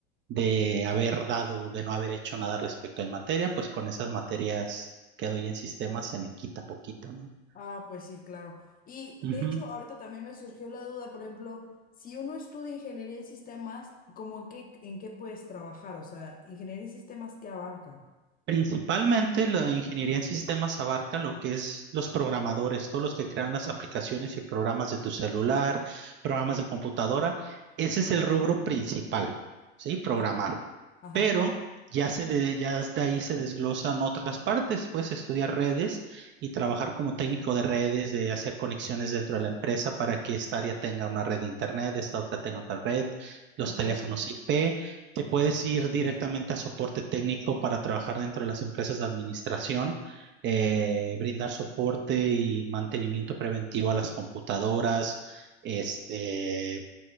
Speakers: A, on the right; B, on the left.
A: de haber dado, de no haber hecho nada respecto de materia, pues con esas materias que doy en sistemas se me quita poquito, ¿no?
B: Ah, pues sí, claro. Y
A: Ujú.
B: de hecho, ahorita también me surgió la duda, por ejemplo, si uno estudia ingeniería en sistemas, ¿cómo qué, en qué puedes trabajar? O sea, ingeniería en sistemas, ¿qué abarca?
A: Principalmente la ingeniería en sistemas abarca lo que es los programadores, todos los que crean las aplicaciones y programas de tu celular, programas de computadora. Ese es el rubro principal, ¿sí? Programar.
B: Ajá. Ajá,
A: Pero ya se de, ya de ahí se desglosan otras partes, Puedes estudiar redes y trabajar como técnico de redes, de hacer conexiones dentro de la empresa para que esta área tenga una red de internet, esta otra tenga otra red, los
B: Ok.
A: teléfonos IP. Te puedes ir directamente a soporte técnico para trabajar dentro de las empresas de administración, eh, brindar soporte y mantenimiento preventivo a las computadoras. Este,